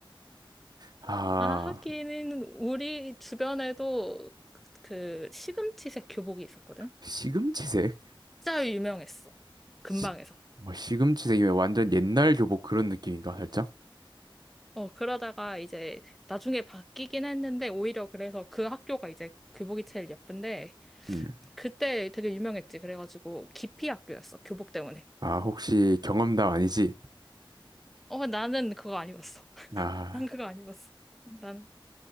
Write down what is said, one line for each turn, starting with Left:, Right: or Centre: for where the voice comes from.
Right: 아,
Centre: 아, 하기는 우리 주변에도 그, 그 시금치색 교복이 있었거든?
Right: 시금치색?
Centre: 진짜 유명했어. 근방에서.
Right: 시, 뭐 시금치색이면 완전 옛날 교복 그런 느낌인가, 살짝?
Centre: 어, 그러다가 이제 나중에 바뀌긴 했는데 오히려 그래서 그 학교가 이제 교복이 제일 예쁜데
Right: 음.
Centre: 그때 되게 유명했지. 그래가지고 기피 학교였어. 교복 때문에.
Right: 아, 혹시 경험담 아니지?
Centre: 어, 나는 그거 안 입었어. <laughs>
Right: 아,
Centre: 난 그거 안 입었어. 난,